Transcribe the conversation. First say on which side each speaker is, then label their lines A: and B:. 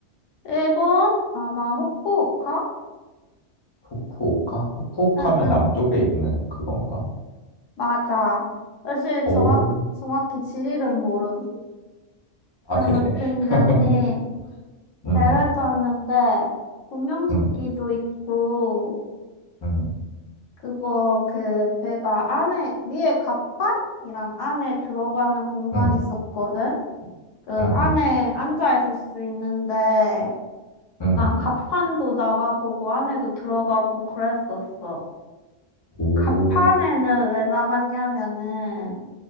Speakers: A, on the left; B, on the left.
A: 일본? 아마 후쿠오카?
B: 후쿠오카? 후쿠오카면
A: 응, 응.
B: 남쪽에 있는 그건가?
A: 맞아. 사실
B: 오,
A: 정확, 정확히 지리는 모름.
B: 아,
A: 아무튼
B: 그래. <laughs>
A: 간에
B: 음,
A: 배를 탔는데, 분명 조끼도
B: 음,
A: 있고,
B: 음,
A: 그거 그 배가 안에 위에 갑판이랑 안에 들어가는 공간이
B: 음,
A: 있었거든. 그 안에
B: 음, 음,
A: 앉아 있을 수 있는데
B: 음.
A: 난 갑판도 나가보고 안에도 들어가고 그랬었어.
B: 오,
A: 갑판에는 왜 나갔냐면은